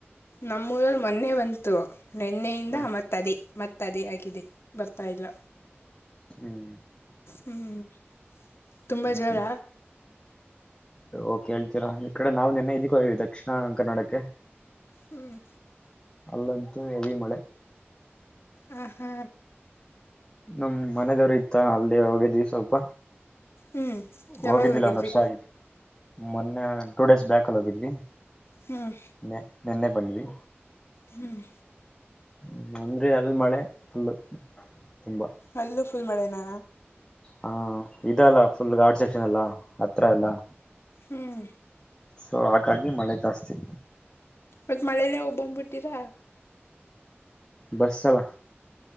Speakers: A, on the left; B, on the left.
A: ನಮ್ಮೂಊರಲ್ಲಿ ಮೊನ್ನೆ ಬಂತು ನೆನ್ನೆಯಿಂದ
B: ಹ್ಮ್
A: ಮತ್ತೆ ದೇ ಮತ್ತದೇ ಆಗಿದೆ ಬರ್ತಾ ಇಲ್ಲ
B: ಹ್ಮ್
A: ಹ್ಮ್ ತುಂಬಾ
B: ಹ್ಮ್ಮ್
A: ಜೋರ
B: ಓಕೆ ಹೇಳ್ತೀರಾ ಈ ಕಡೆ ನಾವು ನೆನ್ನೆ ಇದಕ್ಕೋದ್ಧೋ ದಕ್ಷಿಣ ಕನ್ನಡಕ್ಕೆ
A: ಹ್ಮ್
B: ಅಲ್ಲಂತ ಹೆವಿ ಮಳೆ
A: ಹ ಹಾ
B: ನಮ್ ಮನದವರು ಇತ್ತ ಅಲ್ಲೇ ಹೋಗಿದ್ವಿ ಸ್ವಲ್ಪ
A: ಹ್ಮ್ ಯಾವಾಗ
B: ಹೋಗಿದ್ದಿಲ್ಲ
A: ಹೋಗಿದ್ರಿ
B: ಒಂದ್ ವರ್ಷ ಆಗಿ ಮೊನ್ನೆ ಟೂ ಡೇಸ್ ಬ್ಯಾಕ್ಲ್ಲಿ ಹೋಗಿದ್ವಿ
A: ಹ್ಮ್
B: ನೆ ನೆನ್ನೆ ಬಂದ್ವಿ
A: ಹ್ಮ್
B: ಹ್ಮ ಅಂದ್ರೆ ಅಲ್ಲಿ ಮಳೆ ಫುಲ್ ತುಂಬಾ
A: ಅಲ್ಲೂ ಫುಲ್ ಮಳೆನಾ
B: ಹಾ ಇದ ಅಲ್ಲ ಫುಲ್ ಗಾಡ್ ಸೆಕ್ಷನ್ ಎಲ್ಲಾ ಹತ್ರ ಎಲ್ಲಾ
A: ಹ್ಮ್
B: ಸೊ ಹಾಗಾಗಿ ಮಳೆ ಜಾಸ್ತಿ
A: ಇವತ್ತು ಮಳೇಲ್ಲೇ ಒಬ್ಬಂಬ್ಬಿಟ್ಟಿರಾ
B: ಬರ್ಸಲ